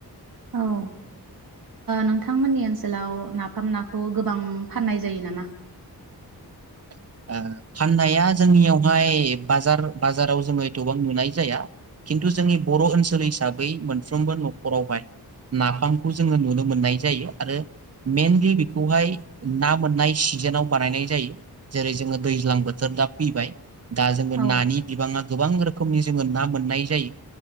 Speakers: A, on the right (about 60°); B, on the right (about 40°).
A: ओ नोंथांमोननि ओनसोलाव नाफाम नाखौ गोबां फाननाय जायो नामा?
B: ओ फाननाया जोंनियावहाय बाजार-बाजाराव जोङो एथबां नुनाय जाया खिन्थु जोंनि बर' ओनसोल हिसाबै मोनफ्रोमबो नखरावहाय नाफामखौ जोङो नुनो मोननाय जायो आरो मेइनलि बेखौहाय ना मोननाय सिजोनाव बानायनाय जायो जेरै जोङो दैज्लां बोथोर दा फैबाय दा जोङो
A: औ
B: नानि बिबाङा गोबां रोखोमनि जोङो ना मोननाय जायो।